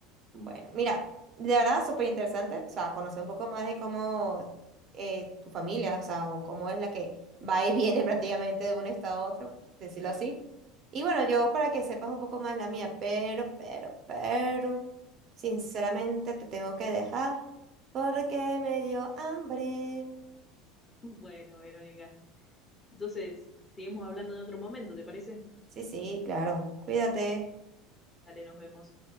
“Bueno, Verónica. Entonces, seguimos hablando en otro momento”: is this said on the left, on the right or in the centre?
Left